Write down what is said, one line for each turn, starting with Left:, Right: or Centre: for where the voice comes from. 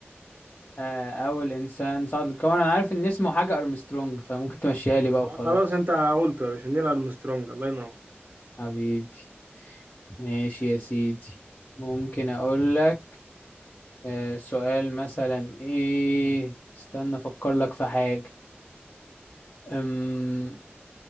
Left: آه، أول إنسان صعد للقمر أنا عارف إن اسمه حاجة أرمسترونج فممكن تمشيها لي بقى وخلاص
Right: آه خلاص أنت قلت يا باشا نيل أرمسترونج الله ينور
Left: حبيبي ماشي يا سيدي ممكن اقول لك آه، سؤال مثلا ايه استنى افكر لك في حاجة أم...